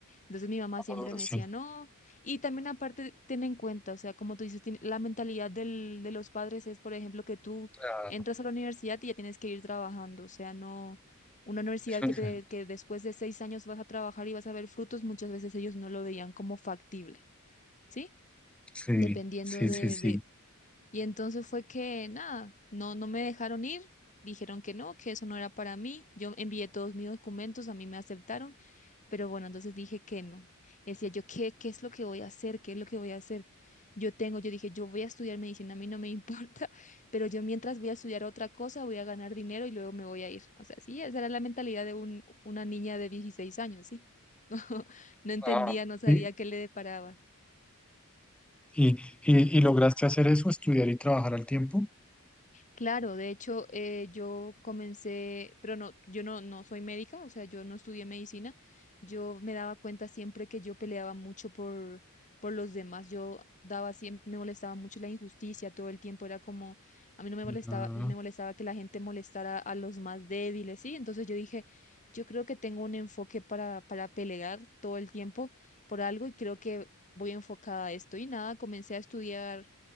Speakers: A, on the left; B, in the centre.
A: entonces mi mamá siempre
B: Ahora
A: me
B: Sí,
A: decía no. Y también aparte, ten en cuenta, o sea, como tú dices, tiene- la mentalidad del, de los padres es, por ejemplo, que tú
B: Ah,
A: entras a la universidad y ya tienes que ir trabajando, o sea, no una universidad
B: <laughs>
A: que, te, que después de seis años vas a trabajar y vas a ver frutos, muchas veces ellos no lo veían como factible, ¿sí?
B: sí,
A: Dependiendo
B: sí,
A: de,
B: sí. sí.
A: de... Y entonces fue que, nada, no, no me dejaron ir, dijeron que no, que eso no era para mí, yo envié todos mis documentos, a mí me aceptaron pero bueno, entonces dije que no. Y decía yo, ¿qué, qué es lo que voy a hacer? ¿Qué es lo que voy a hacer? Yo tengo, yo dije, yo voy a estudiar medicina, a mí no me importa, <laughs> pero yo mientras voy a estudiar otra cosa, voy a ganar dinero y luego me voy a ir. O sea, sí, esa era la mentalidad de un, una niña de 16 años, sí. <laughs> No, no entendía,
B: Ah.
A: no sabía
B: ¿Y,
A: qué le deparaba.
B: y, y, y lograste hacer eso, estudiar y trabajar al tiempo?
A: Claro, de hecho, eh, yo comencé, pero no, yo no, no soy médica, o sea, yo no estudié medicina. Yo me daba cuenta siempre que yo peleaba mucho por, por los demás. Yo daba siempre, me molestaba mucho la injusticia todo el tiempo. Era como, a mí no me molestaba,
B: Ujú.
A: me molestaba que la gente molestara a los más débiles, ¿sí? Entonces yo dije, yo creo que tengo un enfoque para, para pelear todo el tiempo por algo y creo que voy enfocada a esto. Y nada, comencé a estudiar